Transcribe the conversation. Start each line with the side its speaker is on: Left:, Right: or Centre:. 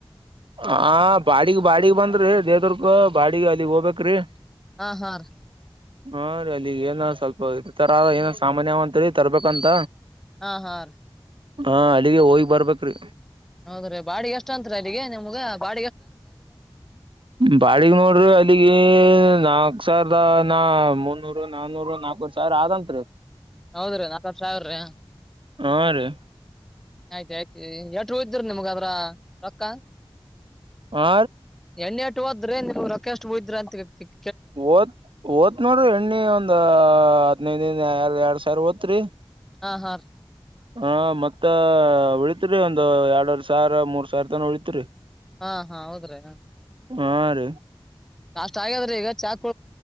Right: ಹ ಬಾಡಗ್ ಬಾಡಿಗೆ ಬಂದ್ರಿ ದೇದರ್ಗ ಬಾಡಿ ಅಲ್ಲಿಗ್ ಹೋಗಬೇಕೇರಿ
Centre: ಹಾ ಹಾ ರ
Right: ಹಾ ರೀ ಅಲ್ಲಿಗ್ ಏನ ಸ್ವಲ್ಪರ ಏನ ಸಾಮಾನ್ಯಂತರಿ ತರ್ಬೇಕಂತ
Centre: ಹಾ ಹಾ ರ
Right: ಹಾ ಅಲ್ಲಿಗೆ ಹೋಗಿ ಬರ್ಬೇಕ್ರಿ
Centre: ಹೌದ್ರೀ ಬಾಡಿ ಎಷ್ಟ ಅಂತ ನಿಮ್ಗ ಬಾ
Right: ಬಾಳಗ್ ನೋಡ್ರಿ ಅಲ್ಲಿಗೆ ನಾಕ್ಸರ್ದ ಮುನ್ನೂರು ನನ್ನೂರು ನಾರು ಸಾವಿರ ಆದಂತ್ರಿ
Centre: ಹೌದ್ರೀ ನಾಕತ್ ಸಾವಿರ ರೀ
Right: ಹಾ ರೀ
Centre: ಆಯ್ತ ಆಯ್ತ ಎಷ್ಟ ರೂ ಇದ್ದ್ರ ನಿಮ್ಗ ಅದ್ರ ರೊಕ್ಕ
Right: ಆ
Centre: ಎಣ್ಣೆ ಎಷ್ಟ್ ಹೋದ್ರಿ ನೀವು ರೊಕ್ಕಷ್ಟುದ್ರ ಅಂತ ಕೇತಿ
Right: ಓತ್ ಓದತ್ ನೋಡ್ರಿ ಎಣ್ಣಿ ಒಂದ ಹದನೈದ ದ ಯರ ಸರ್ವತ್ರರಿ
Centre: ಹಾ ಹಾ
Right: ಹ ಮತ್ತ ಉಳತ್ರಿ ಒಂದು ಎರಡರ್ ಸಾವಿರ ಮೂರ್ ಸಾವಿರ ತನ ಉಳತ್ರಿ
Centre: ಹಾ ಹಾ ಹೌದ್ರೀ
Right: ಹಾ ರ
Centre: ನಾಷ್ಟ ಆಗ್ಯದ್ರೀ ಈಗ ಚಾಕ್